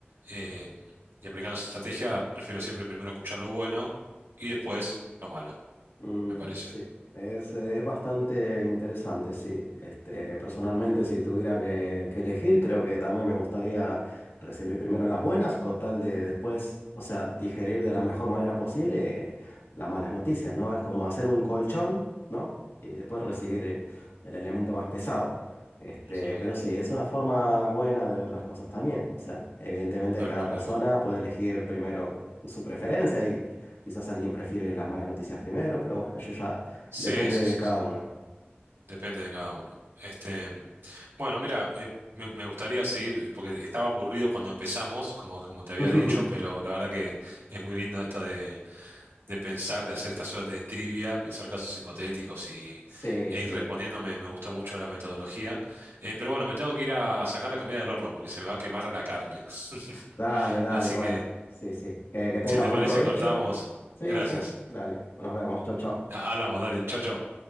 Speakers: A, on the right (about 80°); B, on the left (about 80°).
A: eh, y aplicando esa estrategia, prefiero siempre primero escuchar lo bueno y después lo malo,
B: Mm,
A: me parece.
B: sí, es, es bastante interesante, sí. Este, personalmente, si tuviera que, que elegir, creo que también me gustaría recibir primero las buenas, con tal de después, o sea, digerir de la mejor manera posible eh, las malas noticias, ¿no? Es como hacer un colchón, ¿no? Y después recibir el, el elemento más pesado. Este,
A: Ujú.
B: pero sí, es una forma buena de ver las cosas también. O sea, evidentemente
A: Tal
B: cada
A: cual,
B: persona
A: tal cual.
B: puede elegir primero su preferencia y Quizás alguien prefiere las malas noticias primero, pero bueno, eso ya
A: Sí,
B: depende
A: sí,
B: de
A: sí,
B: cada
A: sí.
B: uno.
A: Depende de cada uno. Este, bueno, mira, eh, me, me gustaría seguir, porque estaba aburrido cuando empezamos, como, como te había
B: <laughs>
A: dicho, pero la verdad que es muy lindo esto de pensar, de hacer esta suerte de trivia, pensar casos hipotéticos y,
B: Sí,
A: e
B: sí.
A: ir respondiéndome. Me me gustó mucho la metodología. Eh, pero bueno, me tengo que ir a sacar la comida del horno porque se me va a quemar la carne. <laughs>
B: Dale, dale,
A: Así
B: bueno.
A: que,
B: Sí, sí. Eh, que tengas
A: si te
B: buen
A: parece,
B: provecho.
A: cortamos.
B: Sí,
A: Gracias.
B: que. Dale. Nos vemos. Chau, chau.
A: Ha- Hablamos, dale. Chau, chau.